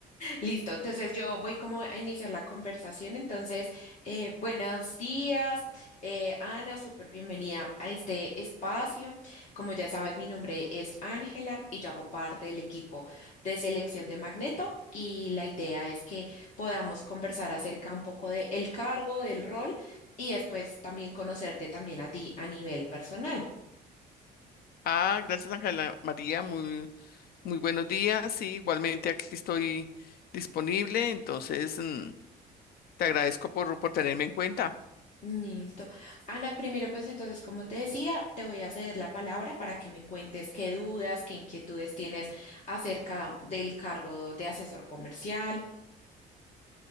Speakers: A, on the left (about 45°); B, on the left (about 65°).
A: Listo, entonces yo voy como a iniciar la conversación. Entonces, eh, buenos días, eh, Ana, súper bienvenida a este espacio. Como ya sabes, mi nombre es Ángela y yo hago parte del equipo de selección de Magneto y la idea es que podamos conversar acerca un poco del cargo, del rol y después también conocerte también a ti a nivel personal.
B: Ah, gracias, Ángela María, muy, muy buenos días. Sí, igualmente aquí estoy disponible, entonces mm, te agradezco por, por tenerme en cuenta.
A: Listo. Ana, primero pues entonces, como te decía, te voy a ceder la palabra para que me cuentes qué dudas, qué inquietudes tienes acerca del cargo de asesor comercial.